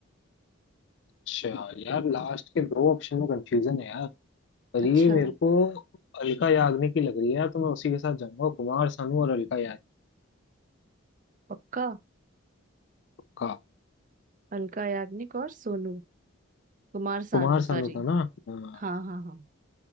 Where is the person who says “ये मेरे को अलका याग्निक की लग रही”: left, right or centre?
Left